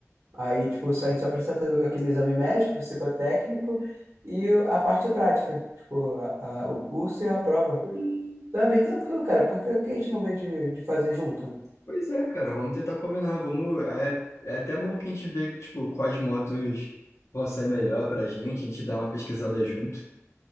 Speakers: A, on the right; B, on the left.
A: Aí, tipo, só- a gente só precisa fazer aquele exame médico, psicotécnico e o- a parte prática, tipo, a- a- o curso e a prova. Então é bem tranquilo, cara, porque que a gente não vê de, de fazer junto?
B: Pois é, cara, vamos tentar combinar. Vamos, é, é até bom que a gente vê, tipo, quais motos vão ser melhor pra gente, a gente dá uma pesquisada junto.